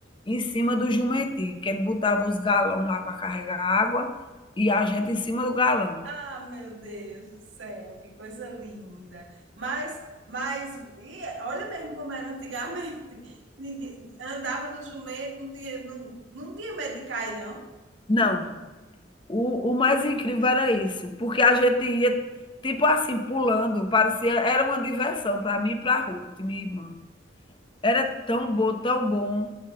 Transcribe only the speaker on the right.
Ah, meu Deus do céu, que coisa linda. Mas, mas, e olha mesmo como era antigamente. <laughs> Ninguém andava no jumento, não tinha, não, não tinha medo de cair, não.